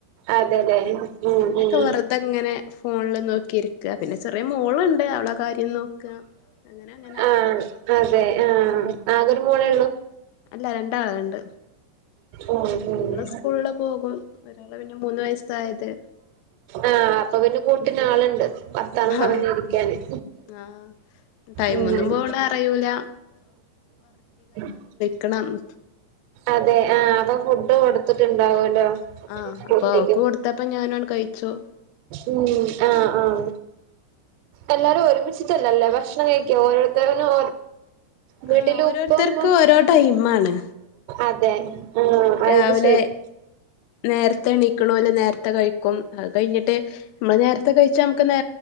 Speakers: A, on the right; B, on the left.
A: അതെലെ ഉം
B: പിന്നൊക്കെ
A: ഉം
B: വെറുതെ ഇങ്ങനെ ഫോണിൽ നോക്കിയിരിക്ക പിന്നെ ചെറിയ മോളുണ്ട് അവള കാര്യം നോക്ക അങ്ങനെ അങ്ങനെ
A: ആഹ് അതെ ആഹ് ആകെ ഒരു മോളേ ഉള്ളൂ
B: അല്ല രണ്ട് ആളുണ്ട്
A: ഉം ഉം
B: സ്കൂളില് പോകും ഒരാള് പിന്നെ മൂന്ന് വയസ്സായത്
A: ആഹ് അപ്പൊ പിന്നെ കൂട്ടന് ആളുണ്ട് വർത്താനം പറഞ്ഞിരിക്കാനും
B: ആഹ് ആഹ് ടൈമൊന്നും
A: ഉം
B: പോണ അറിയൂല
A: <inaudible>
B: കണണം
A: അതെ ആഹ് അപ്പൊ ഫുഡ് കൊടുത്തിട്ടുണ്ടാവല്ലോ
B: ആഹ് അപ്പൊ
A: കുട്ടിക്ക്
B: ഓക്ക് കൊടുത്തപ്പ ഞാനോണ് കഴിച്ചോ
A: ഉം ആഹ് ആഹ എല്ലാരും ഒരുമിച്ചിട്ടല്ലല്ലേ ഭക്ഷണം കഴിക്ക ഓരോരുത്തനും വീട്ടില്
B: ആഹ് ഓരോരുത്തർക്ക്
A: ഉപ്പൊമ്മ
B: ഓരോ ടൈമാണ്
A: അതെ ആഹ്
B: രാവിലെ
A: അത് ശരി
B: നേരത്തെ എണീകണോല് നേരത്തെ കഴിക്കും കഴിഞ്ഞിട്ട് നമ്മള് നേരത്തെ കഴിച്ചാ നമുക്ക് നേ